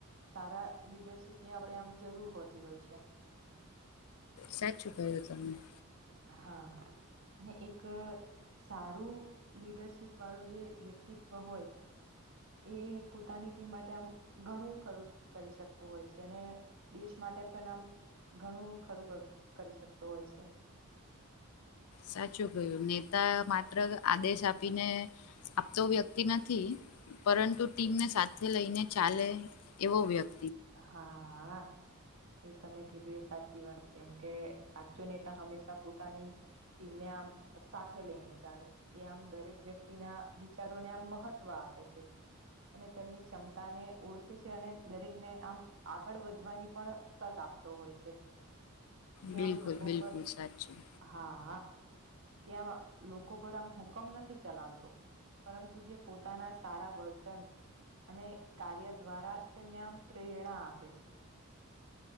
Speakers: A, on the right; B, on the left.
A: સારા લીડરશીપ ની આપણે આમ જરૂર હોતી હોય છે <inaudible>
B: સાચું કહ્યું <unintelligible>
A: હા અને એક સારું લીડરશીપ વાળો જે વ્યક્તિત્વ હોય એ પોતાની ટીમ માટે આમ ઘણું <unintelligible> કરી શકતો હોય છે અને દેશ માટે પન આમ ઘણું ખરું કરી શકતું હોય છે
B: સાચું કયું નેતા માત્ર આદેશ આપીને આપતો વ્યક્તિ નથી પરંતુ ટીમને સાથે લઈને ચાલે એવો વ્યક
A: હા હા એ તમે કીધું એ સાચી વાત છે એમ કે હાચું નેતા હંમેશા પોતાની <unintelligible> આમ સાથે લઈને ચાલે તે આમ દરેક વ્યક્તિના વિચારોને આમ મહત્વ આપે છે અને તેમની ક્ષમતા ને ઓળખે છે અને દરેકને આમ આગળ વધવાની પણ તક આપતો હોય છે તે
B: બિલકુલ
A: આમ લોકો
B: બિલકુલ
A: પર
B: સાચું
A: હા <unintelligible> લોકો પર આમ હુકમ નથી ચલાવતો પરંતુ જે પોતાના સારા વર્તન અને કાર્ય દ્વારા તેમને આમ પ્રેરણા આપે છે <inaudible>